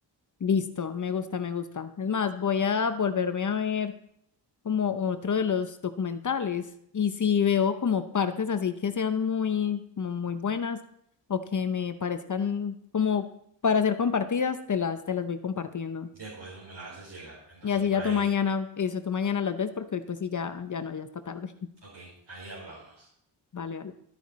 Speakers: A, on the left (about 45°); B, on the right (about 65°).
A: Listo, me gusta, me gusta. Es más, voy a volverme a ver como otro de los documentales y si veo como partes así que sean muy, como muy buenas o que me parezcan como para ser compartidas, te las, te las voy compartiendo.
B: de acuerdo, me las haces llegar. Entonces
A: Y así
B: por
A: ya
B: ahí,
A: tú mañana, eso tú mañana las ves porque hoy pues sí, ya, ya no, ya está tarde. <laughs>
B: ok, ahí hablamos.
A: Vale, vale.